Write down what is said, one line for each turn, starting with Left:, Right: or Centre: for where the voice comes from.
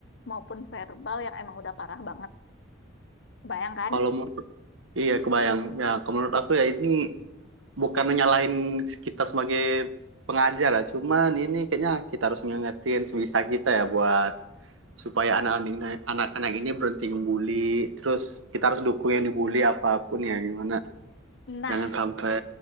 Left: maupun verbal yang emang udah parah banget bayangkan
Right: kalau mau, iya kebayang. Ya, kalau menurut aku ya ini bukan menyalahin kita sebagai pengajar lah. Cuman ini kayaknya kita harus ngingetin sebisa kita ya buat supaya anak-anak ini, anak-anak ini berhenti ngebully. Terus kita harus dukung yang dibully apapun ya gimana.
Left: nah
Right: Jangan sampai